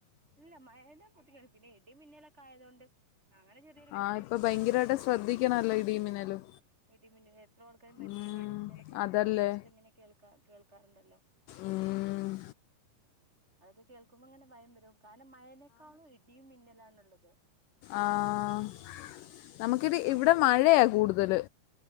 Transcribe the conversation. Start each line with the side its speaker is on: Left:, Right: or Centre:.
Right: ഇല്ല മഴേടെ ബു പിന്നെ ഇടിം മിന്നലൊക്കെ ആയതുകൊണ്ട് അങ്ങനെ ചെറിയൊരു ബുദ്ധിമുട്ടൊക്കെ
Left: ആ ഇപ്പം ഭയങ്കരമായിട്ട്
Right: ഉണ്ടായിനു
Left: ശ്രദ്ധിക്കണമല്ലോ ഇടിയും മിന്നലും
Right: ആഹ് ഇടിമിന്ന ഇത്രയൊ ആൾക്കാര് മരിച്ചില്ലേ
Left: ഉം,
Right: ഇടി മിന്നലൊക്കെ ആയിട്ട്
Left: അതല്ലേ
Right: ഇങ്ങനെ ന്യൂസിലൊക്കെയിങ്ങനെ കേൾക്കാ കേൾക്കാറുണ്ടല്ലോ
Left: ഉം
Right: അതൊക്കെ കേൾക്കുമ്പോ ഇങ്ങനെ ഭയം വരും കാരണം മഴനേക്കാളും ഇടിയും മിന്നലാണുള്ളത്
Left: ആഹ്
Right: അല്ല
Left: നമുക്കിതു
Right: പിന്നെ മഴ
Left: ഇവിടെ മഴയാ കൂടുതല്